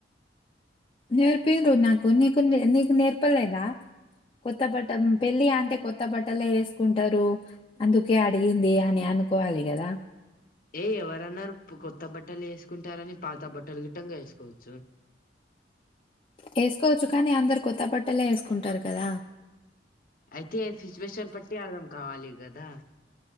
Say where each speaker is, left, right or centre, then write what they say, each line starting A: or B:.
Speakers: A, on the left; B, on the left.
A: నేర్పిన్ రు నాకు నీకు నీకు నేర్పలేదా కొత్త బట్ట పెళ్ళి అంటే కొత్త బట్టలే వేసుకుంటారు, అందుకే అడిగింది అని అనుకోవాలి గదా
B: ఏ ఎవరన్నారు కొత్త బట్టలు వేసుకుంటారని పాత బట్టలు గిట్టంగా వేసుకో చ్చు
A: వేసుకోవచ్చు కానీ అందరి కొత్త బట్ ట్టలే వేసుకుంటారు కదా
B: అయితే సిచ్యువేషన్ పట్టి అర్థం కావాలి గదా